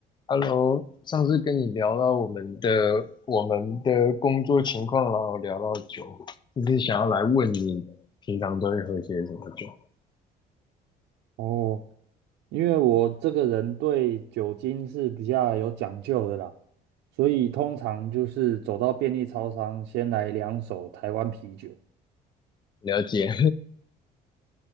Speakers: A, on the left; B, on the right.
A: Hello，上次跟你聊到我们的我们的工作情况，然后聊到酒，就是想要来问你平常都会喝些什么酒？
B: 哦，因为我这个人对酒精是比较有讲究的啦，所以通常就是走到便利超商，先来两手台湾啤酒。
A: 了解，